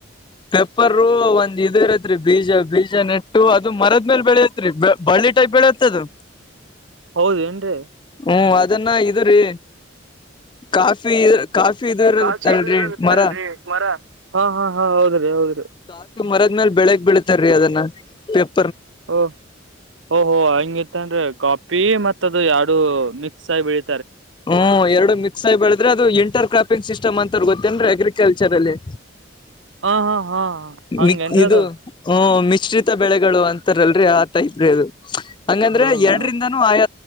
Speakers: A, on the left; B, on the right.
A: ಪೆಪ್ಪರ್ ಒಂದ್ ಇ ಇರತ್ರಿ ಬೀಜ ಬೀಜ ನೆಟ್ಟು ಅದು ಮರದ ಮೇಲ ಬೆಳೆಯತ್ರಿ ಈ ಟೈಪ್ ಬೆಳೆಯುತ್ತ ಅದು
B: ಹೌದ ಏನರಿ
A: ಹ್ಮ್ ಅದನ್ನ ಇದರಿ ಕಾಫಿ ಕಾಫಿ ಕಾಫಿ
B: ಕಾಚು
A: ಇ ಇ ಅಲ್ರಿ
B: ಇದ ಇರುತ್ತಲ್ರರಿ
A: ಮರ
B: ಮರ ಹಾ ಹಾ ಹಾ ಹೌದ್ರಿ ಹೌದ್ರಿ
A: ಕಾಫಿ ಮರದ್ಮೇಲ್ ಬೆಳೆಯೋಕೆ ಬಿಡ್ತಾರರಿ ಅದನ್ನ ಪೆಪ್ಪರ್
B: ಓ ಹೊಓ ಹೊೋ ಹಂಗ ಇತ್ತನ್ ಕಾಫಿ ಮತ್ತ ಅದು ಎರಡು ಮಿಕ್ಸ್ ಆಗಿ ಬೆಳ
A: ಹ್ಮ ಎರಡು ಮಿಕ್ಸ್ ಆಗಿ ಬೆಳ ಅ್ರೆ ಅದು ಇಂಟರ್ ಕ್ರಾಪಿಂಗ್ ಸಿಸ್ಟಮ್ ಅಂತ್ರು ಗೊತ್ತೇನ್ ಅಗ್ರಿಕಲ್ಚರ್ ಅಲ್ಲಿ
B: ಹ ಹಾ ಹಾ ಹಂಗೇನ್ರಿ
A: ಮಿ ಇದು
B: ಅದು
A: ಹ್ಮ ಮಿಶ್ರಿತ ಬೆಳೆಗಳು ಅಂತಾರಲ್ರರಿ ಆತ ಇದ್ರಿ ಅದು ಹಂಗಂದ್ರೆ
B: ಹಾ
A: ಎರಡರಿಂದಾನೂ
B: ಹಾ
A: ಆಯ